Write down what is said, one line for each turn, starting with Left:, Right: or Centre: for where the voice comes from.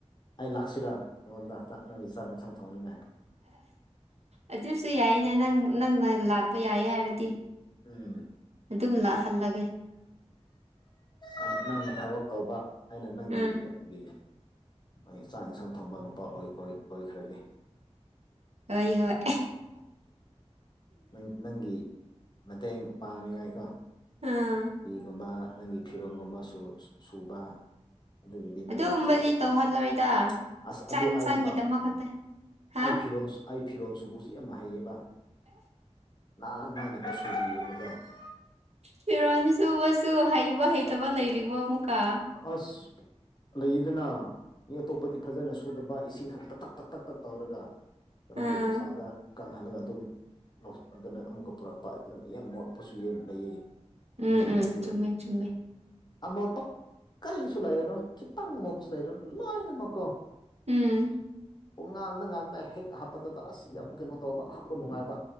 Left: ꯑꯩ ꯂꯥꯛꯁꯤꯔꯥ ꯅꯉꯣꯟꯗ ꯆꯥꯛ ꯅꯪꯒꯤ ꯆꯥꯛ ꯏꯟꯁꯥꯡ ꯊꯣꯡꯅꯤꯡꯉꯥꯏ
Right: ꯑꯗꯨꯁꯨ ꯌꯥꯏꯌꯦꯅꯦ ꯅꯪ ꯅꯪꯅ ꯂꯥꯛꯄ ꯌꯥꯏꯌꯦ ꯍꯥꯏꯔꯗꯤ
Left: ꯎꯝ
Right: ꯑꯗꯨꯝ ꯂꯥꯛꯍꯜꯂꯒꯦ
Left: ꯎꯝ ꯅꯪꯅ ꯊꯕꯛ ꯇꯧꯕ ꯑꯩꯅ ꯅꯪꯒꯤ
Right: ꯎꯝ
Left: ꯀꯩꯅꯣꯒꯤ ꯑꯣꯢ ꯆꯥꯛ ꯏꯟꯁꯥꯡ ꯊꯣꯡꯕ ꯅꯨꯄꯥ ꯑꯣꯢ ꯑꯣꯢ ꯑꯣꯏꯈ꯭ꯔꯒꯦ
Right: ꯍꯣꯏ ꯍꯣꯏ
Left: ꯅꯪ ꯅꯪꯒꯤ ꯃꯇꯦꯡ ꯄꯥꯡꯅꯤꯡꯉꯥꯏꯀꯣ
Right: ꯑꯥ
Left: ꯐꯤꯒꯨꯝꯕ ꯅꯪꯒꯤ ꯐꯤꯔꯣꯟꯒꯨꯝꯕ ꯁꯨ ꯁꯨꯕ ꯑꯗꯨꯒꯤꯗꯤ ꯅꯪꯒꯤ
Right: ꯑꯗꯨꯒꯨꯝꯕꯗꯤ
Left: ꯆꯥꯛ
Right: ꯇꯧꯍꯜꯂꯣꯏꯗ
Left: ꯑꯥ ꯑꯁ
Right: ꯆꯥꯛ
Left: ꯑꯗꯨ
Right: ꯏꯟꯁꯥꯡꯒꯤꯗꯃꯛ
Left: ꯑꯩ ꯇꯥ
Right: ꯈꯛꯇ
Left: ꯑꯥ
Right: ꯍꯥ
Left: ꯑꯩ ꯐꯤꯔꯣꯟ ꯁꯨ ꯑꯩ ꯐꯤꯔꯣꯟ ꯁꯨꯕꯁꯤ ꯌꯥꯝ ꯍꯩꯌꯦꯕ <unintelligible>
Right: ꯐꯤꯔꯣꯟ ꯁꯨꯕꯁꯨ ꯍꯩꯕ ꯍꯩꯇꯕ ꯂꯩꯔꯤꯕꯣ ꯑꯃꯨꯛꯀ
Left: ꯑꯁ ꯂꯩꯌꯦꯗꯅ ꯃꯤ ꯑꯇꯣꯞꯄꯗꯤ ꯐꯖꯅ ꯁꯨꯗꯕ ꯏꯁꯤꯡ ꯈꯛꯇ ꯇꯛ ꯇꯛ ꯇꯛ ꯇꯛ ꯇꯧꯔꯒ ꯀꯩꯅꯣꯒꯤ
Right: ꯑꯥ
Left: ꯅꯨꯡꯁꯥꯗ ꯀꯪꯍꯜꯂꯒ ꯑꯗꯨꯝ ꯀꯩꯅꯣ ꯑꯃꯨꯛꯀ ꯄꯨꯔꯛꯄ ꯑꯗꯨ ꯌꯥꯝ ꯃꯣꯠꯄꯁꯨ ꯂꯩꯌꯦ
Right: ꯎꯝ
Left: ꯑꯩꯗꯤ ꯅꯠꯇꯦ
Right: ꯎꯝ ꯆꯨꯝꯃꯦ ꯆꯨꯝꯃꯦ
Left: ꯑꯃ ꯄꯛ ꯀꯔꯤꯁꯨ ꯂꯩꯔꯣꯏ ꯈꯤꯇꯪ ꯃꯣꯠꯄꯁꯨ ꯂꯩꯔꯣꯏ ꯂꯣꯏꯅꯃꯛꯀꯣ
Right: ꯎꯝ
Left: ꯄꯨ ꯉꯥꯟꯗ ꯉꯥꯟꯗ ꯍꯦꯛ ꯍꯥꯞꯄꯗꯨꯗ ꯑꯁ ꯌꯥꯝ ꯀꯩꯅꯣ ꯇꯧꯕ ꯍꯥꯞꯄ ꯅꯨꯡꯉꯥꯏꯕ